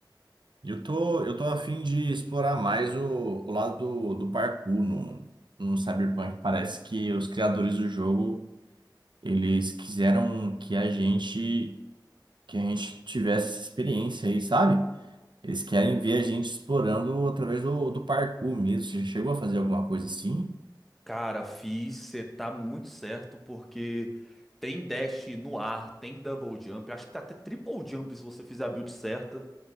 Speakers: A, on the right; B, in the centre.
A: Eu tô, eu tô a fim de explorar mais o, o lado do, do parkour no, no Cyberpunk. Parece que os criadores do jogo, eles quiseram que a gente que a gente tivesse essa experiência aí, sabe? Eles querem ver a gente explorando através do, do parkour mesmo. Você já chegou a fazer alguma coisa assim?
B: Cara, fiz, você tá muito certo, porque tem dash no ar, tem double jump, acho que tá até triple jump se você fizer a build certa.